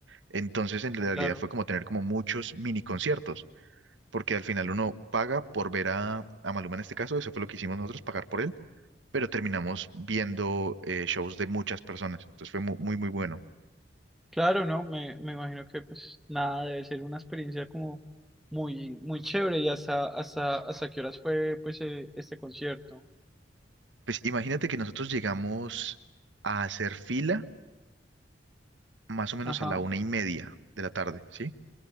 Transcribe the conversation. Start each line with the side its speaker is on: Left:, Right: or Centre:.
Right: Entonces, en realidad
Centre: claro.
Right: fue como tener como muchos mini conciertos, porque al final uno paga por ver a, a Maluma en este caso, eso fue lo que hicimos nosotros, pagar por él pero terminamos viendo eh, shows de muchas personas. Entonces fue mu- muy, muy, bueno.
Centre: Claro, no, me, me imagino que pues nada, debe ser una experiencia como muy, muy chévere y hasta, hasta, hasta qué horas fue pues eh, este concierto.
Right: Pues imagínate que nosotros llegamos a hacer fila más o menos
Centre: Ajá,
Right: a la una y media de la tarde, ¿sí?